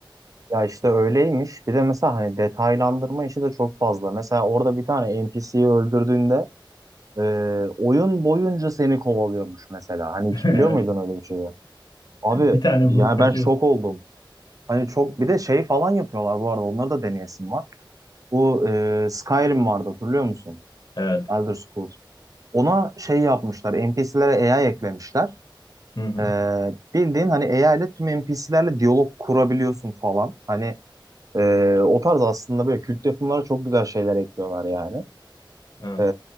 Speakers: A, on the right; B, on the left.
A: Ya işte öyleymiş. Bir de mesela hani detaylandırma işi de çok fazla. Mesela orada bir tane NPC'yi öldürdüğünde e, oyun boyunca seni kovalıyormuş mesela. Hani
B: <laughs>
A: hiç
B: Evet.
A: biliyor muydun öyle bir şeyi? Abi
B: Bir tane
A: yani
B: vurup kaçıyorsun.
A: ben şok oldum. Hani çok bir de şey falan yapıyorlar bu arada. Onları da deneyesim var. Bu e, Skyrim vardı hatırlıyor musun?
B: Evet.
A: Elder Scrolls. Ona şey yapmışlar. NPC'lere AI eklemişler.
B: Hı hı.
A: E, bildiğin hani AI ile tüm NPC'lerle diyalog kurabiliyorsun falan. Hani Ee, o tarz aslında böyle kült yapımlara çok güzel şeyler ekliyorlar yani.
B: Evet.
A: Ee,